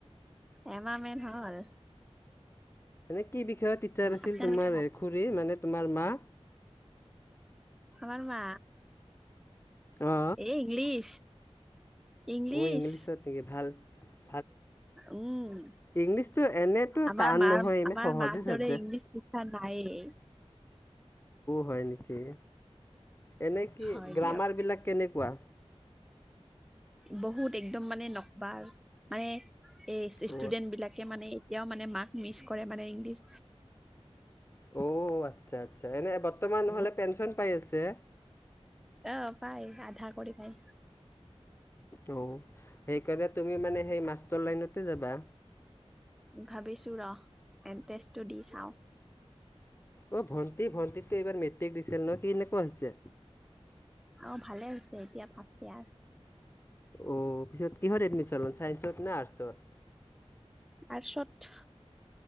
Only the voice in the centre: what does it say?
এম মেন হাল
আপোনালোকে
ভাত
আমাৰ মা
এ ইংলিছ। ইংলিছ
উম
আমাৰ
মাৰ
আমাৰ
মাৰ
দৰে ইংলিছ শিক্ষা নায়ে
হয়
দিয়ক
বহুত একদম মানে নকবাৰ মানে। এ ষ্টুডেন্ট
বিলাকে মানে। এতিয়াও মানে মাক্ মিচ কৰে মানে ইংলিছ।
অ পাই আধা কৰি পাই।
ভাবিছো ৰ এ টো দি চাওঁ
অ ভালে হৈছে এতিয়া ফাৰ ইয়াৰ।
আৰ্টছত